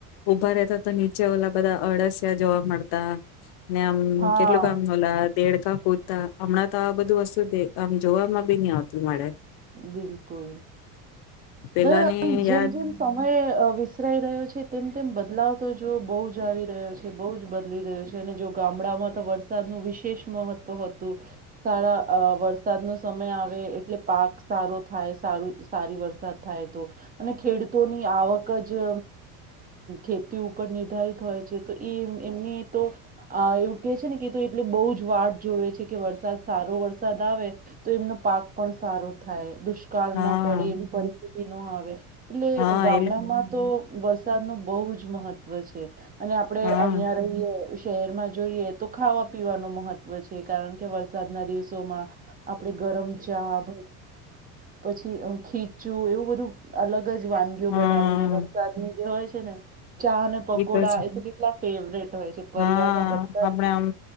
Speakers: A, on the left (about 60°); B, on the right (about 20°).
A: ઉભા રહેતા તો નીચે ઓલા બધા અળસિયા જોવા મળતા ને આમ
B: હા
A: કેટલું કામ ઓલા દેડકા કૂતા હમણાં તો આ બધું વસ્તુ દે આમ જોમાં ભી ની આવતું મળે
B: બિલકુલ
A: પેલાની
B: બ જેમ
A: યાદ
B: જેમ સમય વિસરાઈ રહ્યો છે તેમ. તેમ બદલાવ તો જો બહુ જ આવી રહ્યો છે બહુ જ બદલી ગયો છે અને જો ગામડામાં તો વરસાદનું વિશેષ મહત્વ હતું સારા વરસાદનો સમય આવે એટલે પાક સારો થાય સારું સારી વરસાદ થાય તો અને ખેડૂતોની આવક જ ખેતી ઉપર નિર્ધારિત હોય છે તો એ એમની તો એવું કેહે છે ને કે એટલે બહુ જ વાટ જોવે છે કે વરસાદ સારો વરસાદ આવે તો એમનો પાક પણ સારો થાય. દુષ્કાળ
A: હા
B: ના પડે એવી પરિસ્થિતિ ન આવે એટલે
A: હા
B: ગામડામાં
A: એ
B: તો વ વરસાદ નું બહુ જ મહત્વ છે. અને આપડે
A: હા
B: અહિયાં રહીયએ શહેરમાં જોઈએ તો ખાવા પીવાનું મહત્વ છે કારણ કે વરસાદના દિવસોમાં આપડે ગરમ ચાહ પછી ખીચું એવું બધું અલગ જ વાનગીઓ
A: હા
B: બનાવીને વરસાદ ની જે હોય <unintelligible> ચા અને પકોડા
A: તો છે
B: એ કેલા ફેવરેટ. હોય છે પરિવારમાં
A: હા
B: બધા
A: આપડ આમ